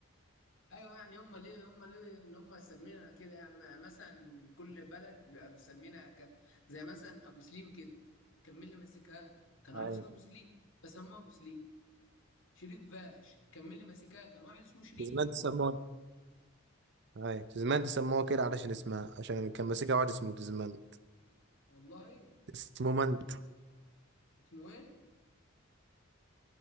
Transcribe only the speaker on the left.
ايوه يعني هم ليه هم ليه ان هم سمينا كده يعني ما- مثلا كل بلد بيبقى مسمينها ك... زي مثلا ابو سليم كده كان مين اللي ماسكها كان واحد
اسمه ابو سليم فسموها ابو سليم شريف فاش كان مين اللي ماسكها كان واحد اسمه شريف
والله ايه
اسمه ايه